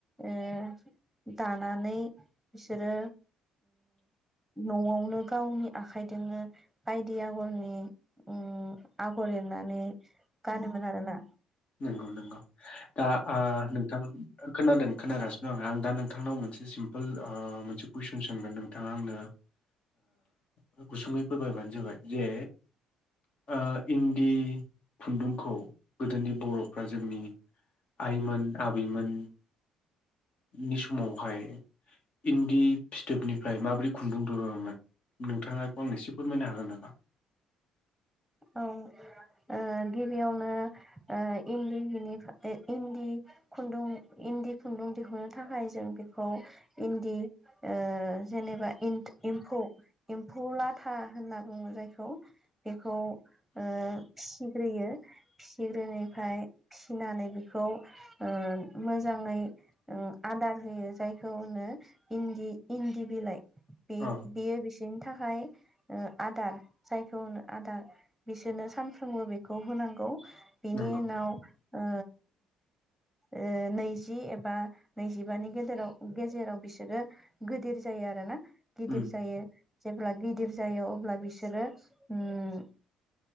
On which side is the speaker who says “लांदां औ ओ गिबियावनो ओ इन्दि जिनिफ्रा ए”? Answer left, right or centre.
Centre